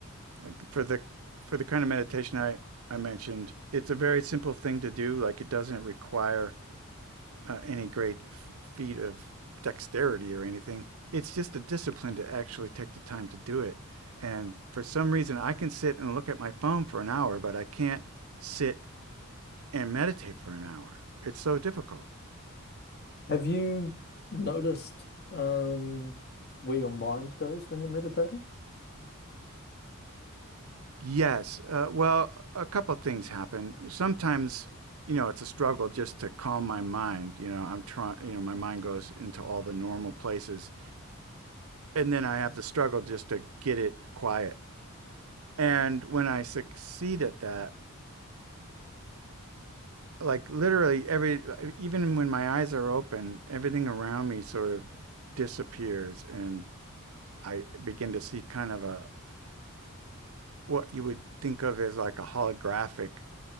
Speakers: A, on the right; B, on the left.
A: like for the for the kind of meditation I I mentioned, it's a very simple thing to do. Like it doesn't require uh, any great feat of dexterity or anything. It's just a discipline to actually take the time to do it. And for some reason, I can sit and look at my phone for an hour, but I can't sit and meditate for an hour. It's so difficult.
B: Have you noticed um, where your mind goes when you're meditating?
A: Yes. Uh, well, a couple of things happen. Sometimes, you know, it's a struggle just to calm my mind. You know, I'm trying, you know, my mind goes into all the normal places. And then I have to struggle just to get it quiet. And when I succeed at that, like literally every, even when my eyes are open, everything around me sort of disappears. And I begin to see kind of a, what you would think of as like a holographic